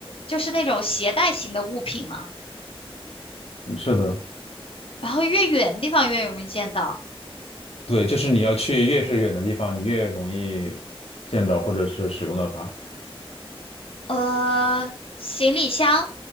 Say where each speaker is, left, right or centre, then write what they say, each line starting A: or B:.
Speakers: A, on the left; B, on the left.
A: 就是那种携带型的物品嘛，
B: 是的，
A: 然后越远的地方越容易见到，
B: 对，就是你要去越是远的地方，你越容易见到或者是使用到它。
A: 呃，行李箱，